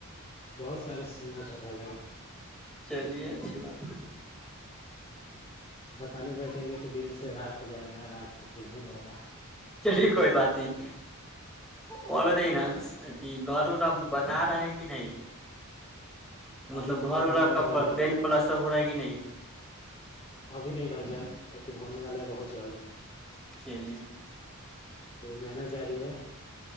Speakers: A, on the left; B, in the centre.
A: بہت سارے سگر رہائے گ
B: چلیے اچھی بات
A: بتانے بیٹھیں گے تو دن سے رات ہو جائے گا رات سے دن ہو جائے گا
B: چلیے کوئی بات نہیں اور بتائیے نا ا گھر ار ا بنا رہے ہیں کہ نہیں مطلب
A: ابھی تو نہیں
B: گھر و
A: بنا رہے
B: کا
A: بھائی جان
B: پینٹ پلاسٹر ہو رہا ہے کہ نہیں
A: ابھی نہیں بھائی جان لیکن ہونے والا ہے بہت جلد
B: کے لیے
A: تھوڑی محنت جاری ہے